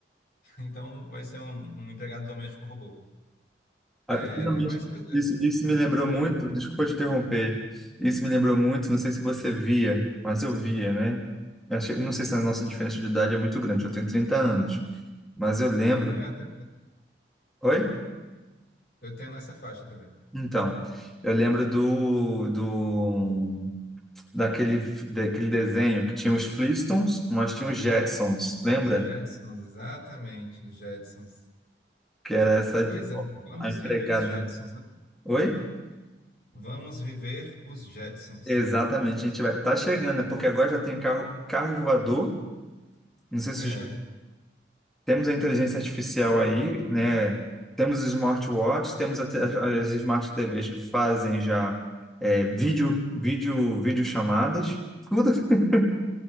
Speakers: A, on the left (about 55°); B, in the centre.
A: <laughs> então vai ser um, um empregado doméstico robô.
B: Ah,
A: É,
B: Finalmente,
A: mas pois é,
B: isso, isso
A: Ah,
B: me
A: di-
B: lembrou
A: diga.
B: muito, desculpa te interromper, isso me lembrou muito, não sei se você via, mas eu via, né? Eu achei- não sei se a nossa diferença de idade é muito grande, eu tenho trinta anos, mas eu lembro.
A: Aham, eu até-
B: Oi?
A: Eu tenho nessa faixa também.
B: Então, eu lembro do, do daquele, daquele desenho que tinha os Flintstones, mas tinha os Jetsons, lembra?
A: Os Jetsons, exatamente, os Jetsons.
B: Que era essa
A: Pois é, vamos
B: a empregada,
A: viver os Jetsons,
B: né?
A: né?
B: Oi?
A: Vamos viver os Jetsons.
B: Exatamente, a gente vai. Tá chegando, né? Porque agora já tem carro, carro voador. Não sei se
A: É,
B: já. temos a inteligência artificial aí, né? Temos os smartwatches, temos até as as smart TVs que fazem já é, vídeo, vídeo, videochamadas. Tudo, <laughs>